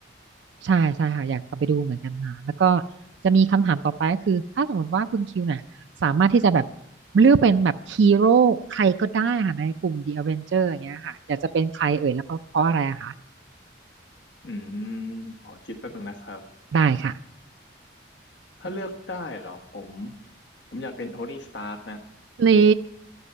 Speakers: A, on the right; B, on the left.
A: ใช่ใช่ค่ะอยากกลับไปดูเหมือนกันค่ะแล้วก็จะมีคำถามต่อไปก็คือถ้าสมมติว่าคุณคิวน่ะสามารถที่จะแบบเลือกเป็นแบบฮีโร่ใครก็ได้ค่ะในกลุ่ม The Avenger อย่างเงี้ยค่ะอยากจะเป็นใครเอ่ยแล้วเพราะเพราะอะไรอะคะ
B: อืมขอคิดแป๊บนึงนะครับ
A: ได้ค่ะ
B: ถ้าเลือกได้เหรอผมผมอยากเป็นโทนี่สตาร์กนะ
A: นี่